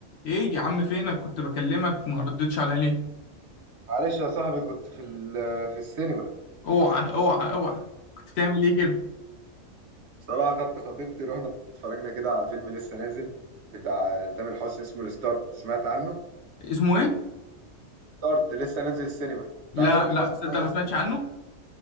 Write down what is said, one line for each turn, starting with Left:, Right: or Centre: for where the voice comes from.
Left: ايه يا عم فينك كنت بكلمك ما ردتش عليا ليه
Right: معلش يا صاحبي كنت في ال- في السينما
Left: اوعى اوعى اوعى كنت بتعمل ايه كده
Right: صراحة خدت خطيبتي رحنا اتفرجنا كده على فيلم لسه نازل بتاع تامر حسني اسمه الستارت سمعت عنه
Left: اسمه ايه
Right: ستارت لسه نازل السينما
Left: لا
Right: بتاع تامر حسني
Left: لا صدق
Right: وانا
Left: ما
Right: ازاي
Left: سمعتش عنه